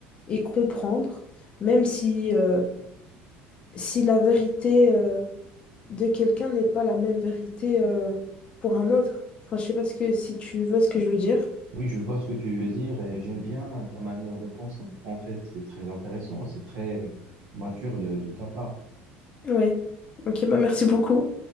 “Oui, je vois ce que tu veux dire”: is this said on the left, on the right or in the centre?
Right